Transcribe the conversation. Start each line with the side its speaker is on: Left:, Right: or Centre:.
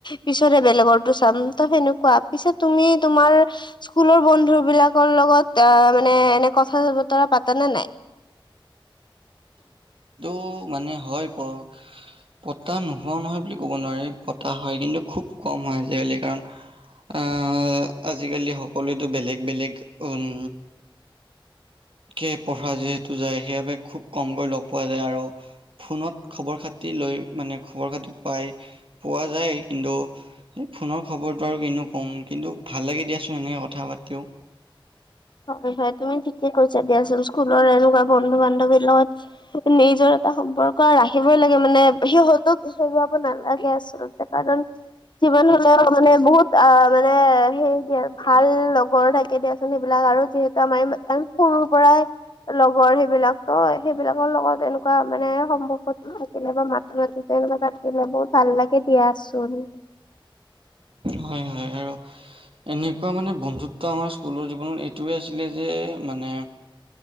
Left: পিছতে বেলেগৰতো চাম ত সেনেকোৱা পিছত তুমি তোমাৰ স্কুলৰ বন্ধু বিলাকৰ লগত এ মানে এনে কথা বতৰা পাতা নে নাই।
Right: উ মানে হয় প পতা নোহোৱা নহয় বুলি ক'ব নোৱাৰি পতা হয় কিন্তু খুব কম হয় আজিকালি কাৰণ আহ আজিকালি সকলোৱোতো বেলেগ বেলেগ উম কে পঢ়া যিহেতু যায় সেইবাবে খুব কমকৈ লগ পোৱা যায় আৰু ফোনত খবৰ খাতি লৈ মানে খবৰ খাতি পাই পোৱা যায় কিন্তু সেই ফোনৰ খবৰতো আৰু কিনো ক'ম কিন্তু ভাল লাগে দিয়াচোন এনেকৈ কথা পাতিও।
Left: হয়, হয় তুমি ঠিকে কৈছা দিয়াচোন স্কুলৰ এনেকোৱা বন্ধু বান্ধৱীৰ লগত নিজৰ এটা সম্পৰ্ক ৰাখিবই লাগে মানে সিহঁতক হেৰুৱাব নালাগে আচল তে কাৰণ যিমান হলেও মানে বহুত আ মানে সেই দিয়া ভাল লগৰ থাকে দিয়া চোন এইবিলাক আৰু যিহেতু আমাৰ সৰু পৰাই লগৰ সেইবিলাক তো সেইবিলাকৰ লগত এনেকোৱা মানে সম্পৰ্কতো থাকিলে বা মাত মাতি তেনেকোৱা থাকিলে বহুত ভাল লাগে দিয়াচোন।
Right: হয় হয় আৰু এনেকোৱা মানে বন্ধুত্ব আমাৰ স্কুলৰ জীৱনত এইটোৱে আছিলে যে মানে